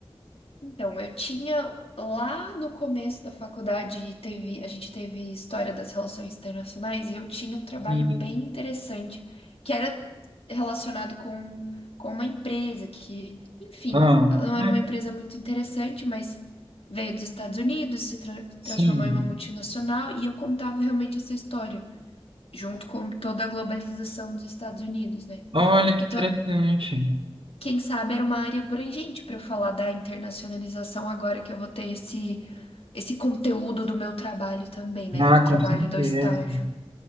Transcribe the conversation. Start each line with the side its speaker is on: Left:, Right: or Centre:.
Left: Então, eu tinha lá no começo da faculdade, teve, a gente teve história das relações internacionais e eu tinha um trabalho
Right: Isso.
Left: bem interessante que era relacionado com, com uma empresa que, enfim,
Right: Ah,
Left: ela não
Right: mas-
Left: era uma empresa muito interessante, mas veio dos Estados Unidos, se tra-
Right: sim.
Left: transformou em uma multinacional e eu contava realmente essa história. junto com toda a globalização dos Estados Unidos, né?
Right: Olha que
Left: Então,
Right: interessante.
Left: quem sabe era uma área abrangente para eu falar da internacionalização agora que eu vou ter esse esse conteúdo do meu trabalho também, né?
Right: Ah,
Left: Do
Right: com
Left: trabalho
Right: certeza.
Left: do estágio.